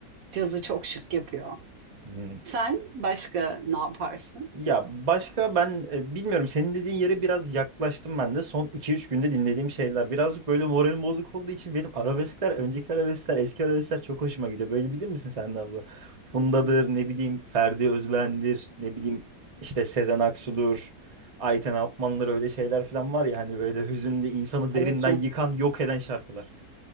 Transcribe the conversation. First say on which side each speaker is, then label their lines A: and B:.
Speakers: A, on the right (about 65°); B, on the right (about 30°).
A: Cazı çok şık yapıyor.
B: <laughs>
A: Sen başka ne yaparsın?
B: Ya başka ben e, bilmiyorum senin dediğin yere biraz yaklaştım ben de son iki üç günde dinlediğim şeyler birazcık böyle moralim bozuk olduğu için benim arabeskler önceki arabeskler eski arabeskler çok hoşuma gidiyor böyle bilir misin sen de abla Funda'dır ne bileyim Ferdi Özben'dir ne bileyim işte Sezen Aksu'dur Ayten Apman'dır öyle şeyler falan var ya hani böyle hüzünlü insanı
A: Tabii
B: derinden
A: ki.
B: yıkan yok eden şarkılar.